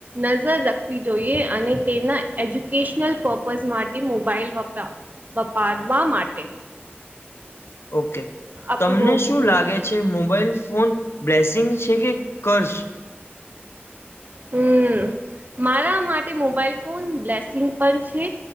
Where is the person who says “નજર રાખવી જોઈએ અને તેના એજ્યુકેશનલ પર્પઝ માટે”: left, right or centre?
Right